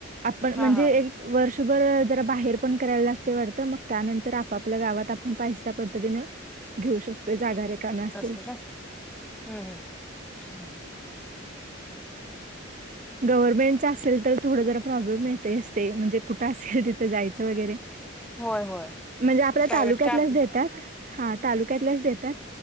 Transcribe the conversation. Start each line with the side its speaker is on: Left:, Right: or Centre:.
Right: आपण
Centre: हा
Right: म्हणजे
Centre: हा
Right: वर्षभर जरा बाहेर पण करायला लागते वाटतं मग, त्यानंतर आपापल्या गावात आपण पाहिसे त्या पद्धतीने घेऊ शकतोय जागा रे काम असत.
Centre: च्या हम् ह्
Right: गव्हर्नमेंटचा असेल तर थोडं जरा प्रॉब्लेम येत अस ते म्हणजे कुठं असेल तिथं जायचं वगैरे
Centre: होय होय
Right: म्हणजे आपल्या
Centre: प्रायव्हेट
Right: तालुक्यातल्याच
Centre: काय आपलं
Right: देतात हा तालुक्यातल्याच देतात.